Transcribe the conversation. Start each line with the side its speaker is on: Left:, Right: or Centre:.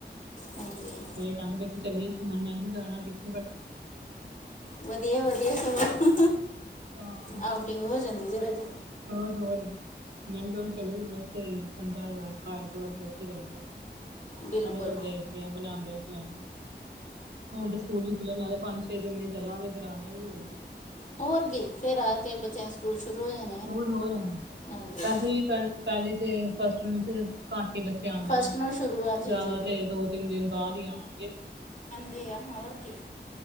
Left: ਹਾਂਜੀ।
Right: ਕਹਿੰਦਾ ਬਸ ਚੱਲੀਏ ਘੁੰਮਣ, ਮੈਂਂ ਕਿਹਾ ਜਾਣਾ ਕਿਥੇ
Left: ਵਧੀਆ- ਵਧੀਆ ਸਗੋਂ
Right: ਹਾਂ
Left: ਆ ਫੀਟਿੰਗ ਹੋ ਜਾਂਦੀ ਐ ਜਰਾ ਜੀ।
Right: ਹੋਰ- ਹੋਰ ਮੇਨਟੇਨ ਸਹੀ ਠੰਡਾ ਘਰ ਥੋੜਾ <inaudible> ਬ ਚ ਕਹਿੰਦੇ
Left: ਬਿਲਕੁਲ
Right: ਚਲ ਦੇਖਦੇ ਆ ਬਣਾਂਦੇ ਆ ਪਲੈਨ, ਹੁਣ ਤੇ ਸਕੂਲ ਵੀ ਖੁੱਲਣ ਆਲੇ ਪੰਜ ਛੇ ਦਿਨ ਲਈ ਚੱਲਾਂਗੇ, ਫੇਰ ਆ ਜਾਆਂਗੇ ਬਲਕਿ।
Left: ਹੋਰ ਕੀ, ਫੇਰ ਆ ਕੇ ਬੱਚੇ ਦੇ ਸਕੂਲ ਸ਼ੁਰੂ ਹੋ ਜਾਣੇ ਐ,
Right: ਹੋਰ ਹੋਰ
Left: ਹਾਂਜੀ।
Right: ਵੈਸੇ ਵੀ ਪਹਿਲੀ ਤੇ ਫਸਟ ਨੂੰ ਤੇ ਘੱਟ ਹੀ ਬੱਚੇ ਆਂਦੇ
Left: ਫਸਟ
Right: ਨੇ,
Left: ਨੂੰ ਸ਼ੁਰੂ ਆ ਜੀ
Right: ਜ਼ਿਆਦਾ
Left: ਜੀ
Right: ਤੇ ਦੋ ਤਿੰਨ ਦਿਨ ਬਾਅਦ ਹੀ ਆਣਗੇ।
Left: ਦੇ ਆਂ ਹੋਰ ਕੀ,